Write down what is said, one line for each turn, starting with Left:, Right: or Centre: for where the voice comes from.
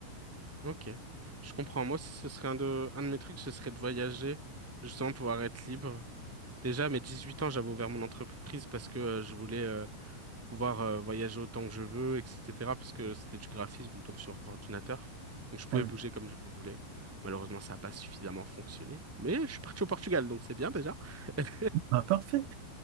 Centre: Ok. Je comprends. Moi, si ce serait un de, un de mes trucs, ce serait de voyager, justement, pouvoir être libre. Déjà, à mes huit ans, j'avais ouvert mon entreprise parce que euh, je voulais euh, pouvoir euh, voyager autant que je veux, etc. Parce que c'était du graphisme, donc sur ordinateur. Donc, je pouvais
Right: Ah oui.
Centre: bouger comme je voulais. Malheureusement, ça n'a pas suffisamment fonctionné. Mais je suis parti au Portugal, donc c'est bien déjà. <laughs>
Right: Ah, parfait.